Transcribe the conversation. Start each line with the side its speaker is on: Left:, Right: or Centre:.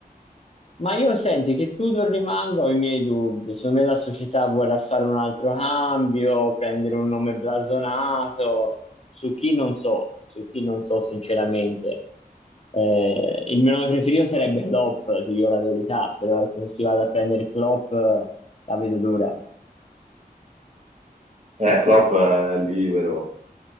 Left: Ma io senti che Tudor rimanga ho i miei dubbi. Secondo me la società vorrà fare un altro cambio, prendere un nome blasonato. Su chi non so, su chi non so sinceramente. Eh, il mio nome preferito sarebbe Klopp, ti dico la verità, però ecco, se si vada a prendere Klopp eh, la vedo dura.
Right: Eh, Klopp è libero,